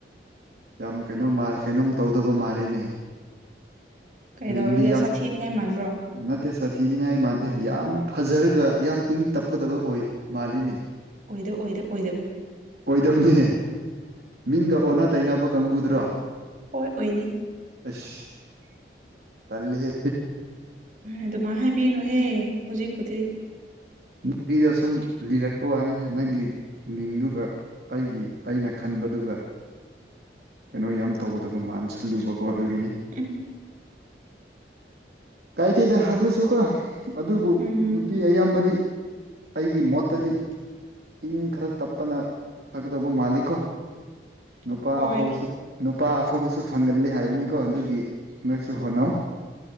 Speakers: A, on the right (about 60°); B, on the right (about 45°).
A: ꯌꯥꯝ ꯀꯩꯅꯣꯝ ꯀꯩꯅꯣꯝ ꯇꯧꯗꯕ ꯃꯥꯜꯂꯤꯦꯅꯦ
B: ꯀꯩꯗꯧꯔꯒꯦ
A: ꯃꯤꯡꯗꯤ ꯌꯥꯝ
B: <unintelligible>
A: ꯅꯠꯇꯦ ꯁꯥꯊꯤꯅꯤꯉꯥꯏ ꯃꯥꯟꯗꯦ ꯌꯥꯝ ꯐꯖꯔꯒ ꯌꯥꯝ ꯏꯪ ꯇꯞꯀꯗꯕ ꯑꯣꯏ ꯃꯥꯜꯂꯤꯅꯦ
B: ꯑꯣꯏꯗ ꯑꯣꯏꯗ ꯑꯣꯏꯗꯕꯅꯦ
A: ꯑꯣꯏꯗꯕꯅꯤ ꯃꯤꯡꯗ ꯑꯣꯟꯅ ꯇꯩꯅꯕ ꯀꯥꯡꯕꯨꯗ꯭ꯔꯣ
B: ꯍꯣꯏ ꯑꯣꯏꯅꯦ
A: ꯑꯁ ꯇꯜꯂꯤꯍꯦ
B: ꯎ ꯑꯗꯨꯃ ꯍꯥꯏꯕꯤꯅꯨꯍꯦ ꯍꯧꯖꯤꯛꯄꯨꯗꯤ
A: ꯎ ꯑꯩꯗꯣ ꯁꯨꯝ ꯂꯤꯔꯛꯄ ꯋꯥꯅꯤꯅ ꯅꯪꯒꯤ ꯃꯤꯡꯗꯨꯒ ꯑꯩꯒꯤ ꯑꯩꯅ ꯈꯟꯕꯗꯨꯒ ꯀꯩꯅꯣ ꯌꯥꯝ ꯇꯧꯒꯗꯕ ꯃꯥꯟꯁꯤꯜꯂꯨꯕꯀꯣ ꯑꯗꯨꯒꯤꯅꯤ
B: ꯎꯝ
A: ꯀꯥꯏꯇꯤꯗ ꯍꯥꯗꯨꯁꯨ ꯀꯣ ꯑꯗꯨꯕꯨ
B: ꯎꯝ
A: ꯅꯨꯄꯤ ꯑꯌꯥꯝꯕꯗꯤ ꯑꯩꯒꯤ ꯃꯣꯠꯇꯗꯤ ꯏꯪ ꯈꯔ ꯇꯞꯄꯅ ꯐꯒꯗꯧꯕ ꯃꯥꯜꯂꯤ ꯀꯣ ꯅꯨꯄꯥ
B: ꯍꯣꯏ
A: ꯑꯐꯕꯁꯨ ꯅꯨꯄꯥ ꯑꯐꯕꯁꯨ ꯐꯪꯒꯜꯂꯤ ꯍꯥꯏꯕꯅꯤꯀꯣ ꯑꯗꯨꯒꯤ ꯅꯣꯏꯁꯨ ꯍꯣꯠꯅꯧ